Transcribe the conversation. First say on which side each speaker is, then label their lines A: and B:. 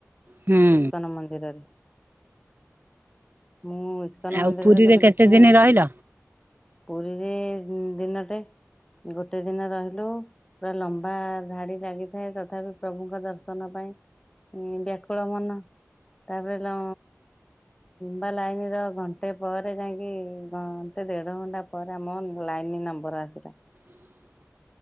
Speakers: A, on the right; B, on the left.
A: ହୁଁ
B: ଇସ୍କନ ମନ୍ଦିରରେ। ମୁଁ ଇସ୍କନ
A: ଆଉ
B: ମନ୍ଦିରରେ
A: ପୁରୀରେ
B: କେବେ
A: କେତେ
B: ଦେଖି ନ?
A: ଦିନ ରହିଲ?
B: ପୁରୀରେ ଦିନଟେ ଗୋଟେ ଦିନ ରହିଲୁ ପୁରା ଲମ୍ବା ଧାଡି ଲାଗିଥାଏ ତଥାପି ପ୍ରଭୁଙ୍କ ଦର୍ଶନ ପାଇଁ ଏ ବ୍ୟାକୁଳ ମନା ତାପରେ ଲ ଲମ୍ବା ଲାଇନ୍ର ଘଣ୍ଟେ ପରେ ଯାଇକି ଘଣ୍ଟେ ଦେଢ଼ ଘଣ୍ଟା ପରେ ଆମ ଲାଇନ୍ ନମ୍ବର ଆ ସିଲା।
A: <inaudible>